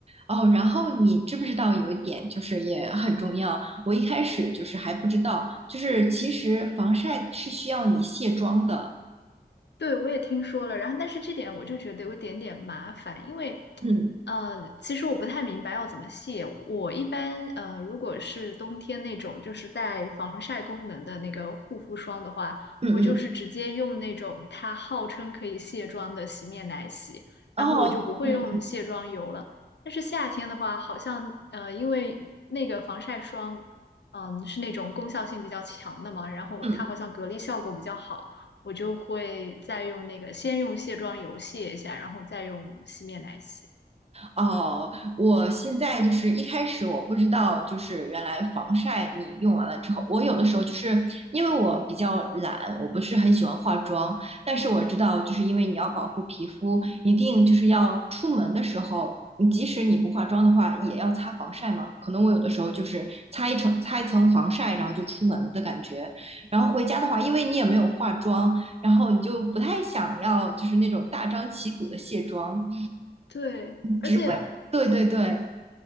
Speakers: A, on the right; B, on the left.
A: 哦，然后你知不知道有一点就是也很重要，我一开始就是还不知道，就是其实防晒是需要你卸妆的，
B: 对，我也听说了，然后但是这点我就觉得有一点点麻烦，因为，
A: 嗯
B: 呃，其实我不太明白要怎么卸。我一般呃，如果是冬天那种就是带防晒功能的那个护肤霜的话，
A: 嗯嗯，
B: 我就是直接用那种它号称可以卸妆的洗面奶洗，
A: 哦，
B: 然后我就不会用卸妆油了。
A: 嗯嗯
B: 但是夏天的话，好像呃，因为那个防晒霜，嗯，是那种功效性比较强的嘛，然后它好像隔离效果比较好。
A: 嗯。
B: 我就会再用那个先用卸妆油卸一下，然后再用洗面奶洗。
A: 哦，我现在就是一开始我不知道，就是原来防晒你用完了之后，我有的时候就是因为我比较懒，我不是很喜欢化妆，但是我知道，就是因为你要保护皮肤，一定就是要出门的时候，你即使你不化妆的话，也要擦防晒嘛。可能我有的时候就是擦一层擦一层防晒，然后就出门的感觉。然后回家的话，因为你也没有化妆，然后你就不太想要就是那种大张旗鼓的卸妆。
B: 对，而且
A: 只会，对对对，